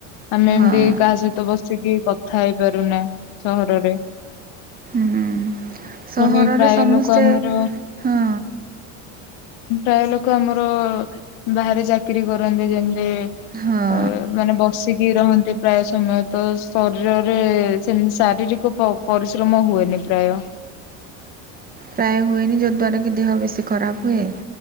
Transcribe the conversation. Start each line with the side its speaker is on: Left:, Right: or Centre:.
Left: ଆମେ
Right: ହଁ
Left: ଏମତି କାହା ସହିତ ବସିକି କଥା ହେଇପାରୁନା ସହରରେ
Right: ହୁଁ, ସହରରେ
Left: ପୁଣି ପ୍ରାୟ
Right: ସମସ୍ତେ,
Left: ଲୋକ ଆମର
Right: ହଁ
Left: ପ୍ରାୟ ଲୋକ ଆମର ବାହାରେ ଚାକିରୀ କରନ୍ତି, ଯେମିତି ଅ
Right: ହଁ
Left: ମାନେ ବସ୍ ବସିକି ରହନ୍ତି ପ୍ରାୟ ସମୟ ତ, ଶରୀରରେ ସେମତି ଶାରୀରିକ ପ ପରିଶ୍ରମ ହୁଏନି ପ୍ରାୟ
Right: ପ୍ରାୟ ହୁଏନି ଯଦ୍ଵାରା କିି ଦେହ ବେଶୀ ଖରାପ୍ ହୁଏ,